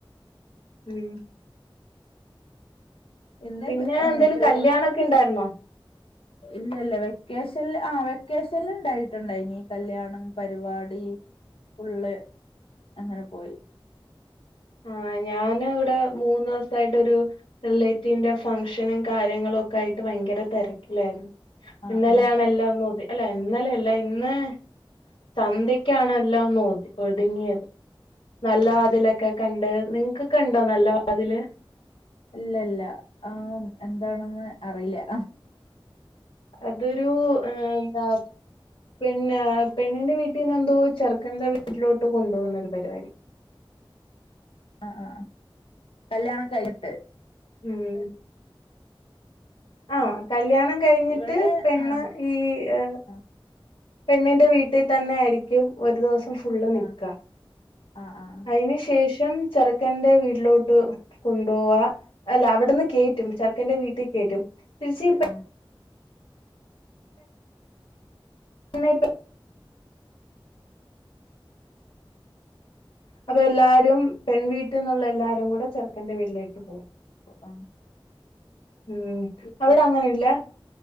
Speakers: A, on the left (about 70°); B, on the left (about 80°).
A: ഉം
B: ഇന്ന്
A: പിന്നെ എന്തേലും
B: ജൂൺ
A: കല്യാണൊക്കെ
B: ഒന്നിന്
A: ഇണ്ടാർന്നോ?
B: ഇല്ലല്ല വെക്കേഷൻല് ആ വെക്കേഷനില് ഇണ്ടായിട്ടുണ്ടായിന് കല്യാണം പരിപാടി ഫുള്ള് അങ്ങനെ പോയി
A: ആ ഞാനിവിടെ മൂന്നീസായിട്ടൊരു റിലേറ്റീവിന്റെ ഫംഗ്ഷനും കാര്യങ്ങളും ഒക്കെ ആയിട്ട് ഭയങ്കര തെരക്കിലായിരുന്നു.
B: ആഹ്
A: ഇന്നലെയാണ്
B: ആഹ്
A: എല്ലാം ഒന്ന് ഒതി അല്ലെ ഇന്നലെയല്ല ഇന്ന് സന്ധ്യക്കാണ് എല്ലാം ഒന്ന് ഒത് ഒതുങ്ങിയത് നല്ല വാതിലക് ക്കെ കണ്ട് നിങ്ങക്കൊക്കെയ്ണ്ടോ നല്ല വാതില്
B: ഇല്ല ഇല്ല ആ എന്താണെന്ന് അറിയില്ല
A: അതൊരു ഉം എന്താ പിന്നെ പെണ്ണിന്റെ വീട്ടിന്ന് എന്തോ ചെറുക്കന്റെ വീട്ടിലോട്ട് കൊണ്ട് പോകുന്നൊരു പരിപാടി
B: ആ ആ കല്യാണം കഴിഞ്ഞിട്ട്
A: ഉം ആ കല്യാണം ക കഴിഞ്ഞിട്ട്
B: ഇവിടെ
A: പെണ്ണ്
B: ആഹ്
A: ഈ ഏഹ്
B: ആഹ്
A: പെണ്ണിന്റെ വീട്ടി തന്നെ ആയിരിക്കും ഒരു ദിവസം ഫുള്ള് നിക്ക
B: ആഹ് ആഹ് ആഹ്
A: അതിന് ശേഷ് <unintelligible> ചെറുക്കന്റെ വീട്ടിലോട്ട് കൊണ്ടോവാ അല്ല അവിടുന്ന് കേറ്റും ചെറുക്കന്റെ വീട്ടി കേ കേറ്റും തിരിച്ച് പെ
B: ആഹ്
A: പെണ്ണെ അപ്പൊ എല്ലാരും പെൺ വീട്ടിന്നുള്ള എല്ലാരും കൂടെ ചെറുക്കന്റെ വീട്ടിലേക്ക് പോകും
B: ആ
A: ഉം
B: ഇല്ല
A: അവിടെ അങ്ങനെയില്ല